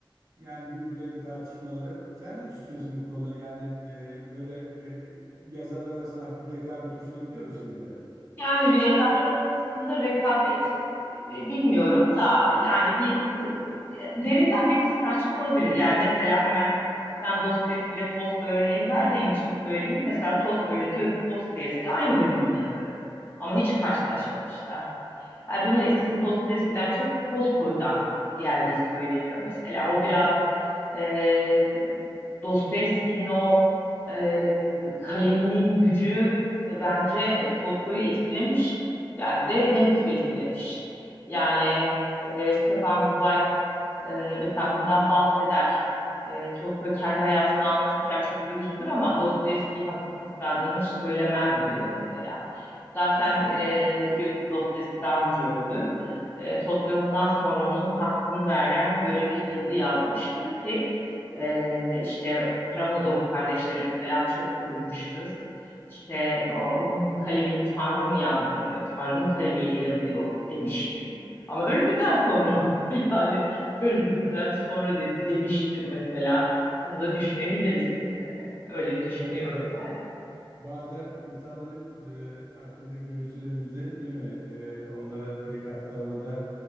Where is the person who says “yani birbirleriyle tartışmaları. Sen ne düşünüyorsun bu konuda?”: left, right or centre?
Right